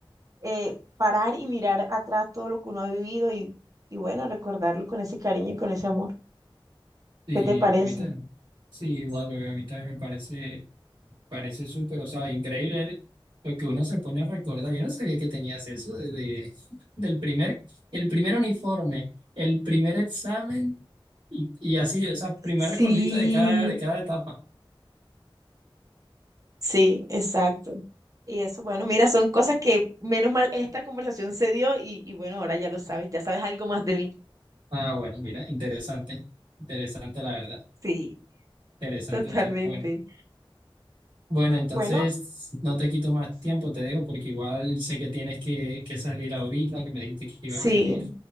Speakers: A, on the right; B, on the right.
A: eh, parar y mirar atrás todo lo que uno ha vivido y, y bueno, recordarlo con ese cariño y con ese amor.
B: Y
A: ¿Qué te parece?
B: a mí también, sí, igual, bebé, a mí también me parece, parece súper, o sea, increíble lo que uno se pone a recordar. Yo no sabía que tenías eso desde <laughs> del primer, el primer uniforme, el primer examen y, y así, o sea, primer
A: Sí,
B: recordito de cada, de cada etapa.
A: Sí, exacto. Y eso, bueno, mira, son cosas que menos mal esta conversación se dio y, y bueno, ahora ya lo sabes, ya sabes algo más de mí.
B: Ah, bueno, mira, interesante, interesante la verdad,
A: sí,
B: interesante
A: totalmente.
B: tú. Bueno. Bueno, entonces
A: Bueno,
B: no te quito más tiempo, te dejo porque igual sé que tienes que, que salir ahorita, que me dijiste que
A: sí,
B: ibas a salir.